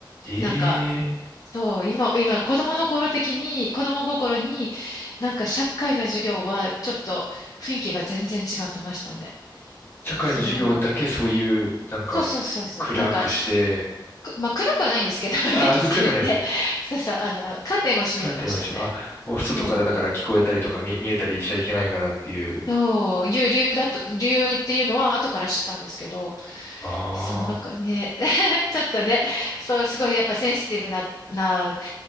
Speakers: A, on the left (about 30°); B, on the left (about 45°).
A: ええ
B: なんか、そう、今、今子供の頃的に、子供心になんか社会の授業はちょっと雰囲気が全然違ってましたね。
A: 社会の授業だけそういう、
B: それは。
A: なんか、
B: そうそうそうそう。
A: 暗くして、
B: なんか、しくまあ暗くはないんですけど、<laughs>
A: ああ、
B: 電気つけるんで、
A: 暗くはないですね。
B: そうそう、あの、カーテンを閉めてましたね。
A: カーテンはしあ、もう外からだから聞こえたりとか見、
B: そ
A: 見えたりしちゃいけないからっていう。
B: う、そう、いう理由だと、理由っていうのは後から知ったんですけど、
A: ああ、
B: そう、なんかね、
A: う
B: <laughs> ちょっとね、そう、すごいやっぱセンシティブな、な、